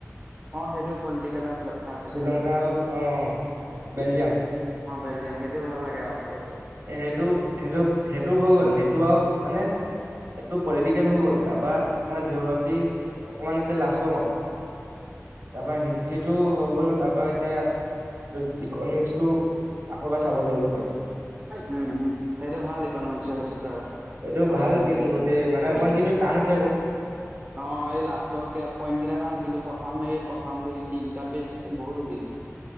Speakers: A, on the right; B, on the right.
A: অ', সেইটো পলিটিকেলৰ আছিলে ফাৰ্ষ্ট
B: শ্ৰীলংকা
A: চেপ্টাৰটো অ',
B: আৰু অ', বেলজিয়াম
A: বেলজিয়াম সেইটোয় ভাল লাগে আৰু সৱটসে।
B: এ সেইটো, সেইটো, সেইটো হৈ গ'ল সেইটো আৰু মানে এইটো পলিটিকেল হৈ গ'ল তাৰপা
A: অ
B: তুমাৰ জিঅ'গ্ৰাফি অকমান আছে লাষ্ট <unintelligible> ইকনমিক্সটো আকৌ এবাৰ চাব লাগিব চাগে
A: উম, উম সেইটো ভাল ইকনমিক্স হৈছে প্ৰ
B: এইটো ভাল
A: ইক'নমিক্স
B: কিন্তু
A: এ আছিল
B: দেই মানে
A: পলিটিকেল।
B: অকমান কিন্তু টান আছে আকৌ
A: অ', এই লাষ্ট গ পইণ্ট কেইটা টান কিন্তু প্ৰথম প্ৰথম দুই, তিনিটা পেজ বহুত ইজি।